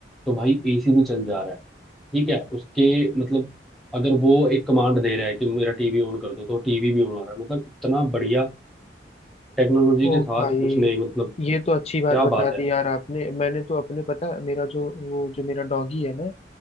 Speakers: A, in the centre; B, on the left.
A: तो भाई एसी भी चल जा रहा है ठीक है उसके मतलब अगर वो एक कमांड दे रहा है कि मेरा टीवी ऑन कर दो तो टीवी भी ऑन आ रहा है मतलब इतना बढ़िया टेक्नोलॉजी
B: ओ
A: के साथ
B: भाई
A: उसने मतलब
B: ये तो अच्छी बात
A: क्या
B: बता
A: बात है
B: दी यार आपने मैंने तो अपने पता है, मेरा जो वो जो मेरा डॉगी है ना